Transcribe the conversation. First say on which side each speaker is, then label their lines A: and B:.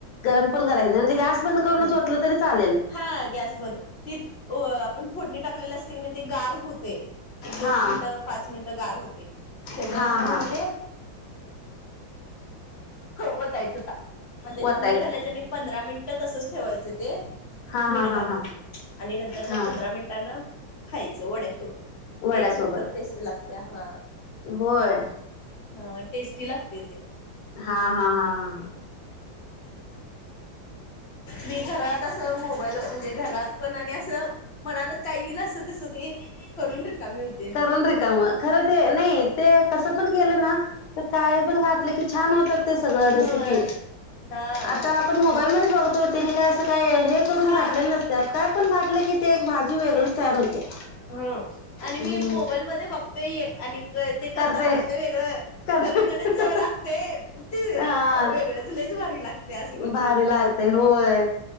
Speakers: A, on the left (about 85°); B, on the left (about 40°).
A: गरम पण करायचं नाही म्हणजे गॅस बंद करूनच
B: नाही
A: होतलं तरी चालेल
B: हा गॅस बंद हा गॅस बद त अ आपण फोडणी टाकलेली असते की नाही ते गार होते एक दोन
A: हा
B: मिनिटं पाच मिनिटं गार होते त्याच्यानंतर
A: हा हा
B: मग ते वयच ताक त्याच्यात
A: वतायचं
B: मीठ घालायचं आणि पंधरा मिनिट तसच ठेवायच ते
A: हा
B: मीठ
A: हा
B: घालून
A: हा हा
B: आणि नंतर
A: हा
B: पंधरा मिनट त्यांना खायचं वड्यासोबत
A: वड्यासोबत
B: एक नंबर टेस्ट लागते हा
A: होय
B: हा टेस्टी लागते ते
A: हा हा हा हा
B: मी घरात असं मोबाईलवर म्हणजे घरात पण आणि असं मनातच काय येल असं तसं ते करून रीकामी होते मी
A: करून
B: पण.
A: रे का मग खर ते नाही ते कसं पण कलं ना तर काही पण घातलं की छान होतात ते सगळ
B: ह
A: रेसिपी
B: हा
A: आता पण मोबाईल म बघतो त्यांनी काय असं काय हे करून
B: हा
A: घातलेले नसतत काय पण घातलं की ते एक भाजी वेगळेच तयार होते
B: हम आणि मी
A: हम्म
B: मोबाईलमध्येध्ये बघतोय आणि ते
A: करतय
B: करताना करतेय वेगळं
A: करत
B: खरण कणे चव लागते ते
A: हा
B: वेगळ् च लयीच भारी लागतं ते असे करते
A: भारी लागते होय